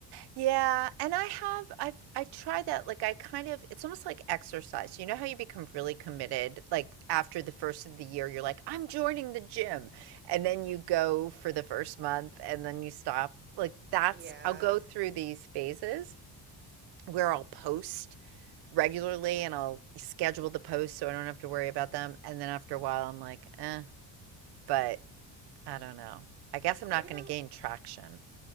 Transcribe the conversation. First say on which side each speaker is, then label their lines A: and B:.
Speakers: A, on the right; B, on the right.
A: Yeah, and I have I've I tried that like I kind of it's almost like exercise. You know how you become really committed like after the first of the year you're like, "I'm joining the gym." And then you go for the first month and then you stop. Like that's
B: Yeah.
A: I'll go through these phases. where I'll post regularly and I'll schedule the posts so I don't have to worry about them. And then after a while, I'm like, eh, but I don't know. I guess I'm
B: What
A: not
B: about
A: going to gain traction.